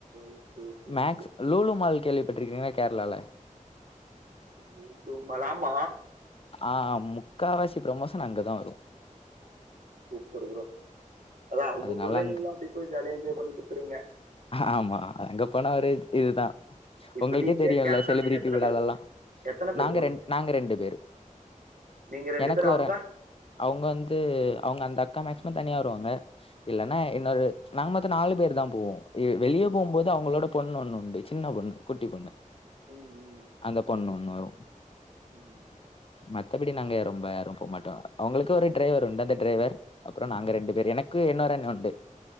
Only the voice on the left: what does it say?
Max
Lulu mall கேள்விப்பட்ருக்கீங்ளா கேர்ளால
ஆ முக்காவாசி ப்ரமோஷன் அங்கதா வரு
அதனால
அங்க
ஆமா அங்க போனா ஒரே இதுதா
ஒங்களுக்கே
தெரியுல
செலிபிரிட்டி
உள்ளதல்லா
நாங்க
ரெண் நாங்க ரெண்டு பேரு
எனக்கு
ஒரு அவுங்க வந்து அவுங்க அந்த அக்கா மேக்சிமம் தனியா வருவாங்க இல்லனா
இன்னொரு நாங்க மொத்தொ நாலு பேர் தா போவோ வெளிய‌
போம்போ து அவுங்களோட பொண்ணு ஒண்ணு உண்டு சின்ன பொண்ணு குட்டி பொண்ணு
அந்த பொண்ணு ஒன்னு வரு
மத்தபடி நாங்க ரொம்ப யாரு போமாட்டோ அவுங்களுக்கு ஒரு டிரைவர் உண்டு அந்த டிரைவர் அப்றோ‌ நாங்க ரெண்டு பேரு எனக்கு இன்னொரண்ணே உண்டு